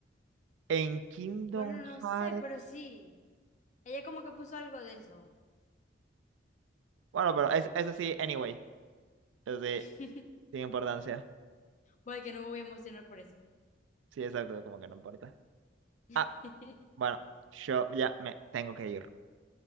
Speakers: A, on the right (about 85°); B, on the left (about 40°).
A: En Kingdom
B: Bueno, no
A: Hearts...
B: sé, pero sí. Ella como que puso algo de eso.
A: Bueno, pero es, eso sí, anyway. Eso sí,
B: <laughs>
A: sin importancia.
B: Voy que no me voy a emocionar por eso.
A: Sí, exacto, como que no importa. Ah,
B: <laughs>
A: bueno, yo ya me tengo que ir.